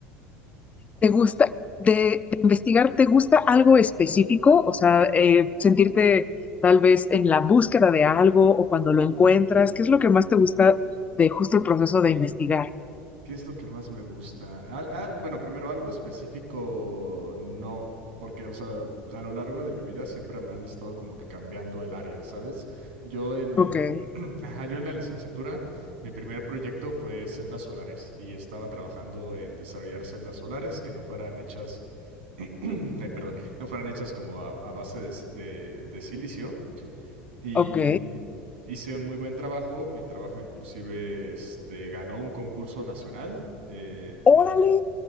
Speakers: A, on the left; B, on the right.
A: ¿Te gusta, de, de investigar, te gusta algo específico? O sea, eh, sentirte tal vez en la búsqueda de algo o cuando lo encuentras,
B: Mm.
A: ¿qué es lo que más te gusta de justo el proceso de investigar?
B: ¿Qué es lo que más me gusta? Al- ah, bueno, primero algo específico, no, porque, o sea, a lo largo de mi vida siempre me han estado como que cambiando el área, ¿sabes? Yo en,
A: Ok.
B: eh, <clears throat> ajá, yo en la licenciatura, mi primer proyecto fue celdas solares y estaba trabajando en desarrollar celdas solares que no fueran hechas, <clears throat> ay, perdón, no fueran hechas como a, a base de, s- de de silicio y
A: Ok.
B: hice un muy buen trabajo. Mi trabajo inclusive este, ganó un concurso nacional. Eh, eh,
A: ¡Órale!